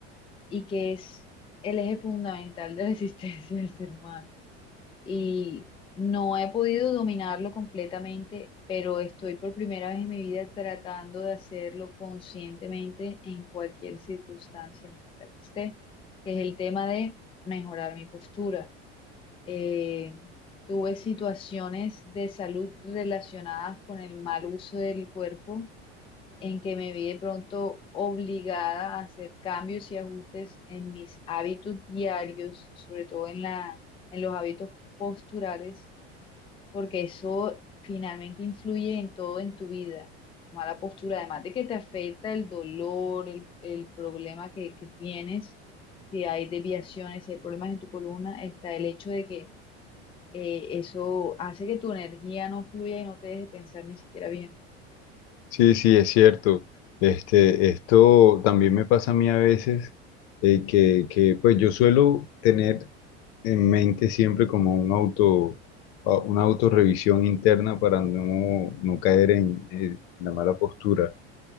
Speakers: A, on the left; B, on the left.
A: y que es el eje fundamental de la <laughs> existencia del ser humano. Y no he podido dominarlo completamente, pero estoy por primera vez en mi vida tratando de hacerlo conscientemente en cualquier circunstancia en la que esté, que es el tema de mejorar mi postura eh, tuve situaciones de salud relacionadas con el mal uso del cuerpo, en que me vi de pronto obligada a hacer cambios y ajustes en mis hábitos diarios, sobre todo en la, en los hábitos posturales, porque eso finalmente influye en todo en tu vida. La mala postura, además de que te afecta el dolor, el, el problema que, que tienes, si hay desviaciones, si hay problemas en tu columna, está el hecho de que eh, eso hace que tu energía no fluya y no te deje pensar ni siquiera bien.
B: Sí, sí, es cierto. Este, esto también me pasa a mí a veces, eh, que, que, pues yo suelo tener en mente siempre como un auto, a- una autorrevisión interna para no, no caer en, eh, en la mala postura